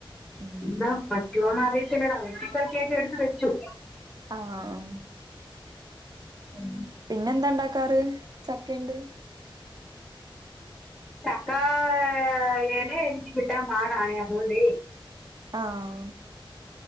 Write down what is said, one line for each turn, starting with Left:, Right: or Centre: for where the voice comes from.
Right: ഉം
Centre: എന്താ പറ്റുവോന്ന് അറിയത്തില്ലടാ വെട്ടി പെറ്ക്കിയൊക്കെ എടുത്ത് വെച്ചു.
Right: ആഹ്.
Centre: ഉം.
Right: പിന്നെന്താ ണ്ടാക്കാറ് ചക്കേണ്ട്.
Centre: ചക്കാ ഹ് എനെ എനിക്ക് കിട്ടാൻ പാടാണേ അതോണ്ടെ.
Right: ആഹ്.